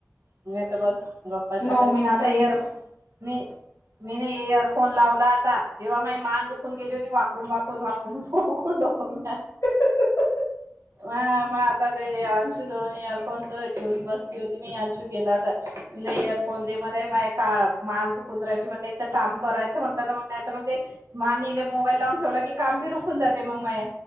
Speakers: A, on the right (about 75°); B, on the left (about 80°).
A: नाही तर बस, गप्पा <unintelligible>
B: नऊ मिनिटं वीस
A: मी ना इयरफोन लावला आता, तेव्हा माय मान दुखून गेली होती वाकून वाकून वाकून. डोकून.
B: <inaudible>
A: हा मग आता ते अंशू जवळ मी इअरफोनच घेऊन बसली होती मी, अंशू गेला तर, म्हणलं इअरफोन दे मले माय का मान दुखून राहयली म्हणलं, एकत काम करायचं म्हंटल मग नायतर मग ते, मान इले मोबाईल लावून ठेवला की काम बी रुखून जाते मग माये,